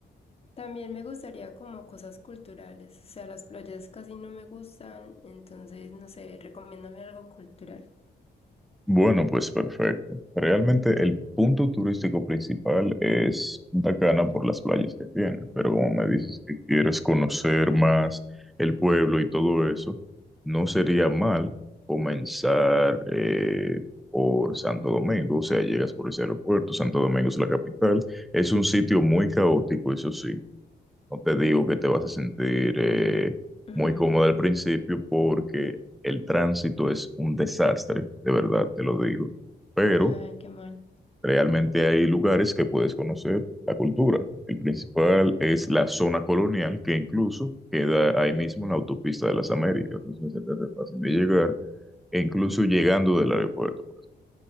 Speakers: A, on the left; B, in the centre.
A: También me gustaría como cosas culturales, o sea, las playas casi no me gustan, entonces, no sé, recomiéndame algo cultural.
B: Bueno, pues perfecto. Realmente el punto turístico principal es Punta Cana por las playas que tiene, pero como me dices que quieres conocer más el pueblo y todo eso, no sería mal comenzar eh, por Santo Domingo, o sea, llegas por ese aeropuerto, Santo Domingo es la capital, es un sitio muy caótico, eso sí No te digo que te vas a sentir eh,
A: <laughs> Ujú.
B: muy cómodo al principio porque el tránsito es un desastre, de verdad te lo digo. Pero
A: Ay, qué mal.
B: realmente hay lugares que puedes conocer la cultura. El principal es la zona colonial, que incluso queda ahí mismo en la autopista de las Américas. Entonces se te hace fácil de llegar, e incluso llegando del aeropuerto